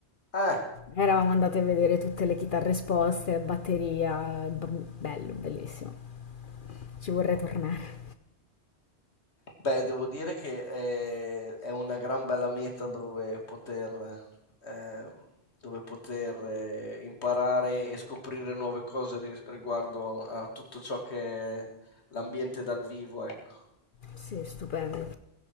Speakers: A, on the left (about 80°); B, on the left (about 55°).
A: Ah,
B: Eravamo andate a vedere tutte le chitarre esposte, batteria, b- bello, bellissimo. Ci vorrei tornare.
A: beh, devo dire che eh, è, una gran bella meta dove poter, eh, dove poter eh, imparare e scoprire nuove cose ri- riguardo a tutto ciò che è l'ambiente dal vivo, ecco.
B: Sì, stupendo.